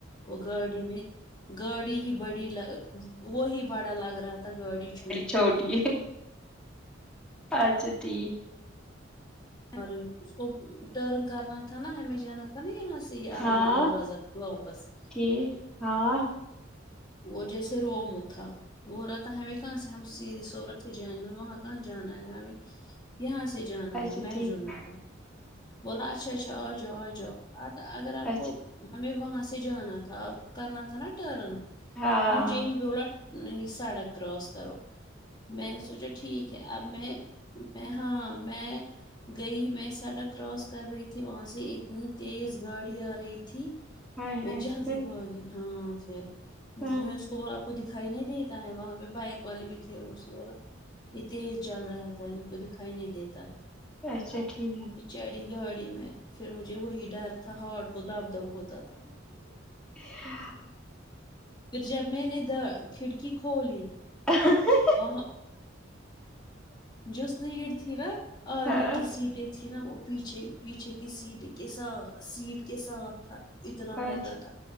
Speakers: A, on the left; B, in the centre.
A: وہ گاڑی میں گاڑی ہی بڑی لا وہی بڑا لگ رہا تھا گاڑی چھو
B: چھوٹی اچھا ٹھیک
A: اور اس کو ٹرن کرنا تھا نا ہمیں جانا تھا تا نہ یہاں سے عاللمگری
B: ہاں
A: بازار واپس
B: ٹھیک ہاں
A: وہ جیسے روم تھا وہ بول رہا تھا ہمیں کہاں سے ہم سیدھی سو رہ سے جانے وہاں کہا جانا ہے یہاں سے جانا
B: اچھا
A: ہے <unintelligible>
B: ٹھیک
A: بولا اچھا اچھا آجاؤ آجاؤ ا اگر آپ
B: اچھا
A: کو ہمیں وہاں سے جانا تھا ٹرن
B: ہاں
A: مجھے ہی بولا سڑک کراس کرو میں نے سوچا ٹھیک ہے اب میں میں ہاں میں گئی میں سڑک کراس کر رہی تھی وہاں سے اتنی تیز گاڑی آ رہی تھی
B: ہائے
A: میں
B: ہائے
A: جلدی
B: پھر
A: بھاگی ہاں پھر
B: ہاں
A: اس کو بولا آپ کو دکھائی نہیں دیتا ہے وہاں پے بائک والی بھی تھی اس نے بولا یے تیز چل رہا تھا ان کو دکھائی نہیں دیت تا ہے
B: اچھا ٹھیک
A: میں چڑی گاڑی میں پھر مجھے وہی ڈر تھا ہارٹ کو دب دب ہوتا تھا
B: ہاں <inaudible>
A: پھر جب میں نے دا کھڑکی کھولی
B: ہ ہ
A: وہاں جو سیٹ تھی نا آگے
B: ہاں
A: کی سیٹیں تھی نا وہ پیچھے پیچھے کی سیٹ کے ساتھ سیٹ کے ساتھ تھا اتنا
B: اچھا
A: موٹا تھا